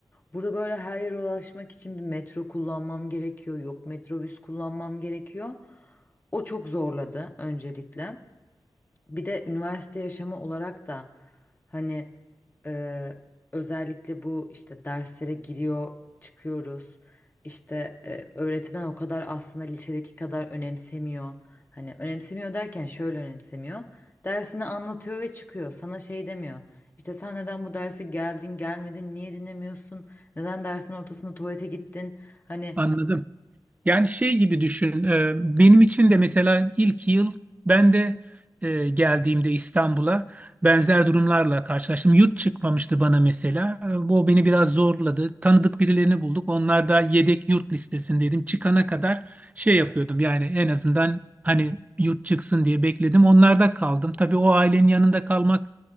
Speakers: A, on the left; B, on the right.
A: Burada böyle her yere ulaşmak için bir metro kullanmam gerekiyor. Yok metrobüs kullanmam gerekiyor. O çok zorladı öncelikle. Bir de üniversite yaşamı olarak da hani e, özellikle bu işte derslere giriyor, çıkıyoruz. İşte e, öğretmen o kadar aslında lisedeki kadar önemsemiyor. Hani önemsemiyor derken şöyle önemsemiyor. Dersini anlatıyor ve çıkıyor. Sana şey demiyor. İşte sen neden bu derse geldin, gelmedin, niye dinlemiyorsun? Neden dersin ortasında tuvalete gittin? Hani
B: Anladım. Yani şey gibi düşün. e, Benim için de mesela ilk yıl ben de e, geldiğimde İstanbul'a benzer durumlarla karşılaştım. Yurt çıkmamıştı bana mesela. E, Bu beni biraz zorladı. Tanıdık birilerini bulduk. Onlar da yedek yurt listesindeydim. Çıkana kadar şey yapıyordum. Yani en azından hani yurt çıksın diye bekledim. Onlarda kaldım. Tabii o ailenin yanında kalmak